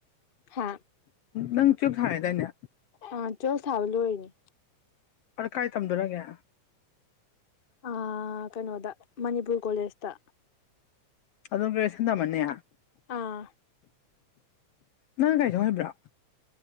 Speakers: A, on the left; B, on the left.
A: ꯍꯥꯥ
B: ꯅꯪ ꯇꯨꯌꯦꯞ ꯊꯥꯔꯦꯗꯥꯏꯅꯦ
A: ꯑ ꯇꯨꯏꯌꯦꯞ ꯊꯥꯕ ꯂꯣꯏꯔꯤꯅꯤ
B: ꯑꯗꯨ ꯀꯥꯏ ꯇꯝꯗꫭꯔꯒꯦ
A: ꯑ ꯀꯩꯅꯣꯗ ꯃꯅꯤꯄꯨꯔ ꯀꯣꯂꯦꯁꯇ
B: ꯑꯗꯨ ꯒ꯭ꯔꯁꯟ ꯇꯝꯃꯅꯤ
A: ꯑꯥ
B: ꯅꯪ ꯒꯥꯔꯤ ꯊꯧ ꯍꯩꯕꯔꫭ